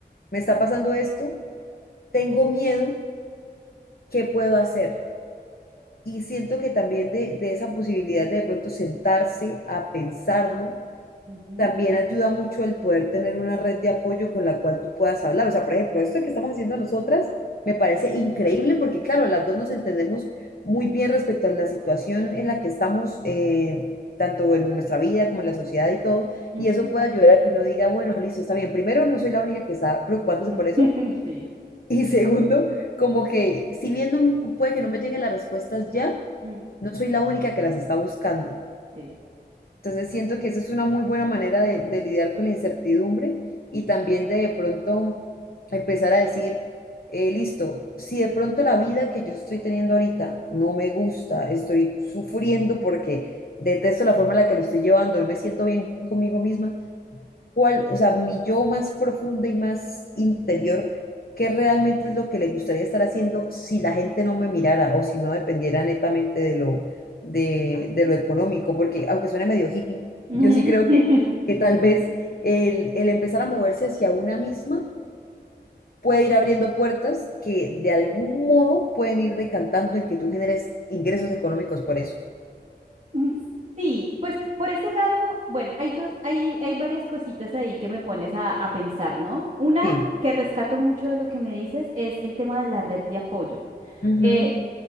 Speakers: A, on the left; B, on the right.
A: me está pasando esto, tengo miedo, ¿qué puedo hacer? Y siento que también de, de esa posibilidad de de pronto sentarse a pensarlo
B: ujú,
A: también ayuda mucho el poder tener una red de apoyo con la cual tú puedas hablar. O sea, por ejemplo,
B: mm,
A: esto que estamos haciendo nosotras me parece increíble porque, claro, las dos nos entendemos muy bien respecto a la situación en la que estamos, eh, tanto en nuestra vida como en la sociedad y todo.
B: ujú,
A: Y
B: ujú,
A: eso puede ayudar a que uno diga, bueno, listo, está bien. Primero, no soy la única que está preocupándose
B: <laughs>
A: por eso. <laughs>
B: Sí,
A: Y segundo, como que si bien no- puede que no me lleguen las respuestas ya,
B: mm,
A: no soy la única que las está buscando.
B: sí.
A: Entonces siento que eso es una muy buena manera de, de lidiar con la incertidumbre y
B: mm,
A: también de, de pronto empezar a decir, eh, listo, si de pronto la vida que yo estoy teniendo ahorita no me gusta, estoy sufriendo porque detesto la forma en la que lo estoy llevando, no me siento bien conmigo misma, cuál, o sea, mi yo más profunda y más interior, qué realmente es lo que le gustaría estar haciendo si la gente no me mirara o si no dependiera netamente de lo, de, de lo económico, porque aunque suene medio hippie,
B: ujú.
A: yo sí creo
B: <laughs>
A: que, que tal vez el, el empezar a moverse hacia una misma puede ir abriendo puertas que de algún modo pueden ir decantando en que tú generes ingresos económicos por eso.
B: Mm, Sí, pues por ese lado, bueno, hay dos, hay, hay varias cositas ahí que me pones a, a pensar, ¿no? Una
A: Sí.
B: que rescato mucho de lo que me dices es el tema de la red de apoyo.
A: Ujú.
B: Eh,